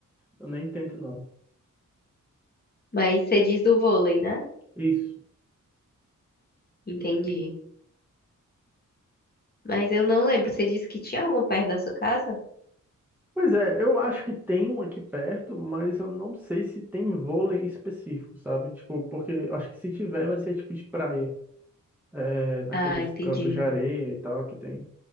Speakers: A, in the centre; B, on the left.
A: eu nem tento não.
B: Mas você diz do vôlei, né?
A: Isso.
B: Entendi. Mas eu não lembro. Você disse que tinha algum perto da sua casa?
A: Pois é, eu acho que tem um aqui perto, mas eu não sei se tem vôlei em específico, sabe? Tipo, porque eu acho que se tiver vai ser tipo de praia, é, naqueles
B: Ah, entendi.
A: campos de areia e tal que tem.